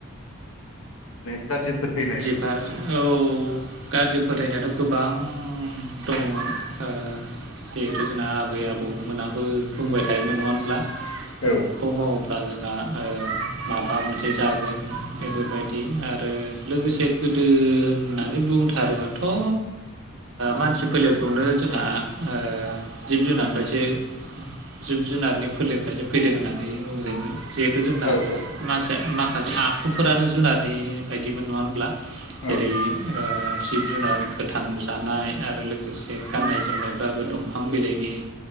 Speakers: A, on the left (about 85°); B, on the right (about 65°).
A: माने गाज्रि फोथायनाय
B: औ गाज्रि फोथायनायाथ गोबां दङमोन ओ जिहेथु जोंना आबै आबौमोनाबो बुंबाय थायोमोन नङा होनब्ला
A: औ
B: उमुखखौ मावोब्ला जों आं ओ माबा मोनसे जागोन बेफोरबायदि आरो ओ आरो लोगोसे गोदो होननानै बुंथारोबाथ ओ मानसि फोलेरखौनो जोंहा ओ जिब जुनारनिफ्रायसो जिब जुनारनि फोलेरनिफ्रायसो फैदों होननानै बुंजायमोन जिहेथु जोंना
A: औ औ
B: मासे मा माखासे आखुफोरानो जुनारनि बायदिमोन नङा होनब्ला?
A: औ
B: जेरै ओ जिब जुनार गोथां जानाय आरो लोगोसे गाननाय जोमनायफ्राबो दंफां बिलाइनि